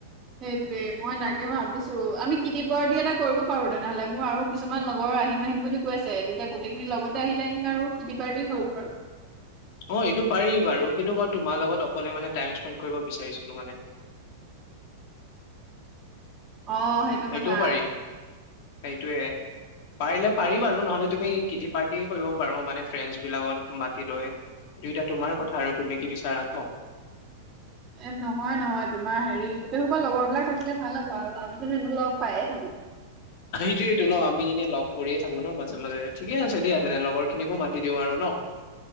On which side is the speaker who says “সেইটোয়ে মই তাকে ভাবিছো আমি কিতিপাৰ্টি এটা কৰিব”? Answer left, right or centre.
Right